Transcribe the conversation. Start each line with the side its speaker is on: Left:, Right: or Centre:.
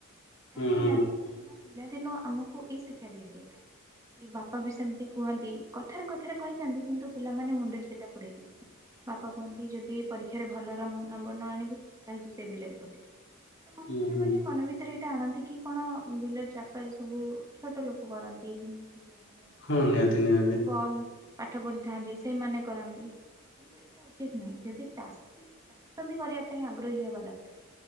Left: ହୁଁ
Right: କାହିଁକି
Left: ହୁଁ
Right: ନା କାରଣ ପିଲାଦିନୁ ଆମକୁ ଏଇ ଶିକ୍ଷା ଦିଆଯାଇଥାଏ। କି ବାପା ବି ସେମିତି କୁହନ୍ତି କଥାରେ କଥାରେ କହିଥାନ୍ତି କିନ୍ତୁ ପିଲାମାନେ ମୁଣ୍ଡରେ ସେଟା ପୁରେ
Left: <inaudible>
Right: ବାପା କୁହନ୍ତି ଯଦି ପରୀକ୍ଷାରେ ଭଲ ରମ୍ୱ ନମ୍ବର ନ ଆଣିବୁ ତାହେଲେ ତୁ ସେ ବିଲରେ ଖଟିବୁ। ତ
Left: ହୁଁ
Right: ପିଲାମାନେ
Left: ହୁଁ।
Right: ମନ ବି ରେ ଏଇଟା ଆଣନ୍ତି କି କଣ ବିଲ ଚାଷ ଏ ସବୁ ଛୋଟ ଲୋକ କରନ୍ତି। ଯୋଉମାନେ
Left: ହଁ ନିହାତି ନିହାତି
Right: କମ୍ ପାଠ ପଢିଥାନ୍ତି ସେଇମାନେ କରନ୍ତି। କିନ୍ତୁ ସେଇଟା ଉଚିତ ନୁହେଁ ଯଦି ଚାଷୀ ଚାଷ ବି କରିବା ପାଇଁ ଆଗ୍ରହୀ ହେବା ଦରକାର।